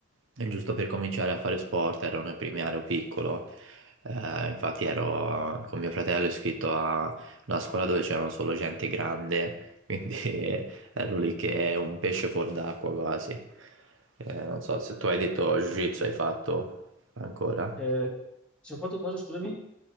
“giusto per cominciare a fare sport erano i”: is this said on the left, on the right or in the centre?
Right